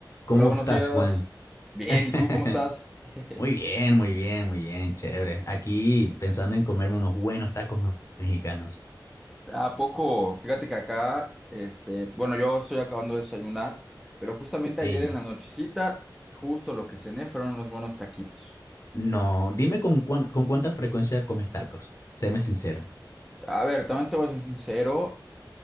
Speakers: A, on the left; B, in the centre.
A: ¿Cómo
B: Hola, buenos
A: estás,
B: días.
A: Juan?
B: Bien,
A: <laughs>
B: ¿y tú cómo estás? <laughs>
A: Muy bien, muy bien, muy bien, chévere. Aquí pensando en comerme unos buenos tacos me- mexicanos.
B: ¿A poco? Fíjate que acá, este, bueno, yo estoy acabando de desayunar, pero justamente
A: Ey,
B: ayer en la nochecita, justo lo que cené fueron unos buenos taquitos.
A: no, dime con, cuán- con cuánta frecuencia comes tacos. Séme sincero.
B: A ver, también te voy a ser sincero,